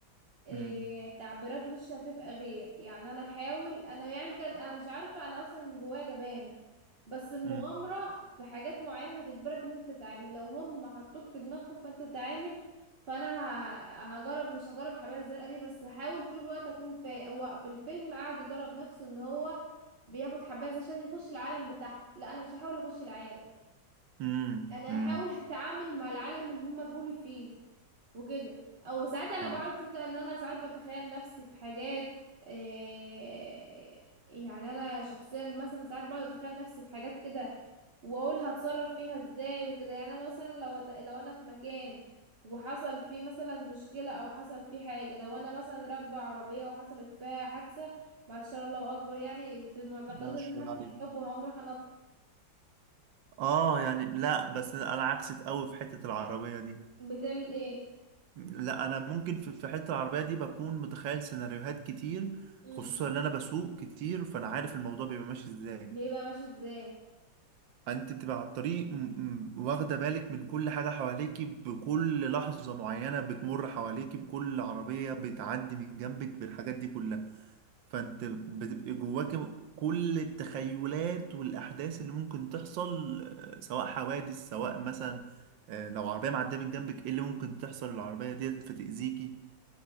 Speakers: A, on the right; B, on the right.
A: إيه
B: مم،
A: تعبيرات وشي هتبقى غير يعني انا احاول انا يعني كان انا مش عارفه انا اصلا من جوايا جبانه بس المغامره
B: مم،
A: في حاجات معينه هتجبرك ان انت تتعامل لو هم حطوك في دماغهم فانت تتعامل فانا ه- هجرب مش هجرب الحبايه الزرقاء دي بس هحاول طول الوقت اكون فايق هو في الفيلم قعد يجرب نفسه ان هو بياخد حبايه عشان يخش العالم بتاعهم لا انا مش هحاول اخش العالم
B: مم،
A: انا
B: مم.
A: هحاول اتعامل مع العالم اللي هم جولي فيه وكده او ساعات انا
B: آه،
A: بقعد تصدق ان انا ساعات بتخيل نفسي في حاجات إيه يعني انا شخصيا مثلا ساعات بقعد اتخيل نفسي في حاجات كده واقول هتصرف فيها ازاي وكده يعني انا مثلا لو أت- لو انا في مكان وحصل فيه مثلا مشكلة او حصل فيه حاجة لو انا مثلا راكبة عربية وحصلت فيها حادثة بعد شر الله اكبر يعني في معتقدات
B: ما
A: ان
B: شاء
A: انا
B: الله
A: هفتح
B: عليك
A: الباب وهقوم رايحة انط
B: آه يعني لا بس أنا عكسك أوي في حتة العربية دي
A: بتعمل ايه
B: لا انا ممكن في في حته العربيه دي بكون متخيل سيناريوهات كتير
A: امم
B: خصوصا ان انا بسوق كتير فانا عارف الموضوع بيبقى ماشي ازاي
A: بيبقى ماشي ازاي
B: انت بتبقى على الطريق م- م- واخده بالك من كل حاجه حواليكي بكل لحظه معينه بتمر حواليكي بكل عربيه بتعدي من جنبك بالحاجات دي كلها فانت بتبقى جواك كل التخيلات والاحداث اللي ممكن تحصل آه، سواء حوادث سواء مثلا آه، لو عربيه معديه من جنبك ايه اللي ممكن تحصل للعربيه ديت فتاذيكي